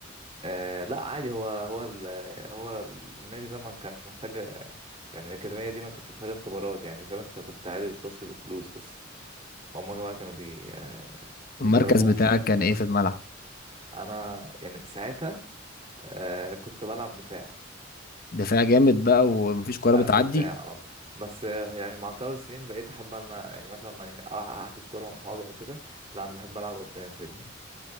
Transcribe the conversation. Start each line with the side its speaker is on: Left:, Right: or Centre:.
Right: آه لا عادي هو هو ال هو النادي ده ما كانش محتاج يعني الأكاديمية دي ما كانتش محتاجة اختبارات يعني فاهم انت كنت عادي بتخش بفلوس بس هما بقى كانوا بي آه، بيدربوك
Left: المركز بتاعك
Right: يعني
Left: كان إيه في الملعب
Right: انا يعني ساعتها آه كنت بلعب دفاع
Left: دفاع جامد بقى ومفيش كورة
Right: قلب
Left: بتعدي
Right: دفاع اه بس آه، يعني مع تطور السنين بقيت احب انا يعني مثلا ماني احجز كوره مع اصحابي او كده لا انا بحب العب قدام فاهمني